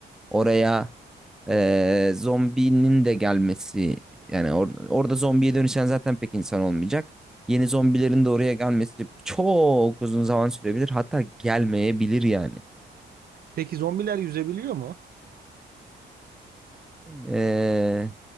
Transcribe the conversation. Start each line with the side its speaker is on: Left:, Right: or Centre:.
Centre: Oraya eee, zombinin de gelmesi yani or- orada zombiye dönüşen zaten pek insan olmayacak. Yeni zombilerin de oraya gelmesi çok uzun zaman sürebilir hatta gelmeyebilir yani.
Right: Peki zombiler yüzebiliyor mu?
Centre: Eee